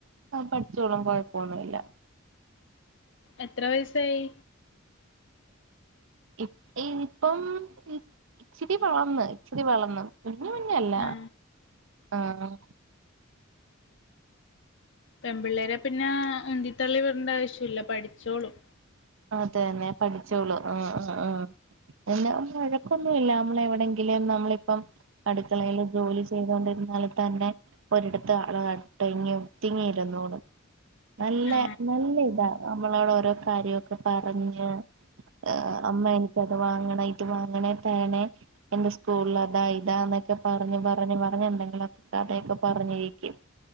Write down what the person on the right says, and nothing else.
ആ പഠിച്ചോളും കുഴപ്പൊന്നുമില്ല
ഇ ഇപ്പം ഇച്ചിരി വളർന്ന് ഇച്ചിരി വളർന്ന് വല്ല്യ കുഞ്ഞല്ല
ആഹ്
അത് തന്നെ പഠിച്ചോളും ആഹ് ആഹ് ആഹ് എന്നാ വഴക്കൊന്നും ഇല്ല നമ്മള് എവിടെങ്കിലും നമ്മളിപ്പം അടുക്കളയിൽ ജോലി ചെയ്തൊണ്ടിരുന്നാൽ തന്നെ ഒരിടത്ത് അടങ്ങി ഒതിങ്ങി ഇരുന്നോളും നല്ല
നല്ല ഇതാ നമ്മളോടോരോ കാര്യയൊക്കെ പറഞ്ഞ് ആഹ് അമ്മ എനിക്ക് അത് വാങ്ങണെ ഇത് വാങ്ങണേ തേനെ എന്റെ സ്കൂൾല് അതാ ഇതാ എന്നൊക്കെ പറഞ്ഞ് പറഞ്ഞ് പറഞ്ഞ് എന്തെങ്കിലൊ കതയൊക്കെ പറഞ്ഞ് ഇരിക്കും.